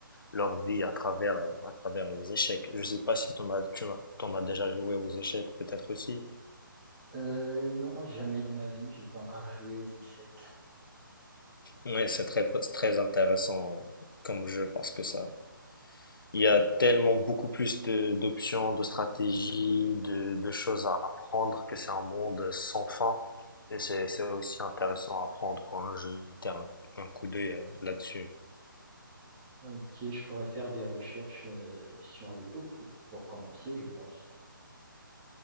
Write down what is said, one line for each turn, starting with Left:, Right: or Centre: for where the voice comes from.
Left: leur vie à travers euh, à travers les échecs. Je sais pas si t'en as tu t'en as déjà joué aux échecs peut-être aussi.
Right: Euh, non, jamais de ma vie, j'ai pas encore joué aux échecs.
Left: Mais c'est très très intéressant comme jeu parce que ça Il y a tellement beaucoup plus de d'options, de stratégies, de, de choses à apprendre que c'est un monde sans fin. Et c'est, c'est aussi intéressant à apprendre, quoi. hein. Jeter un, un coup d'œil euh, là-dessus.
Right: Ok, je pourrais faire des recherches euh, sur YouTube co- pour commencer, je pense.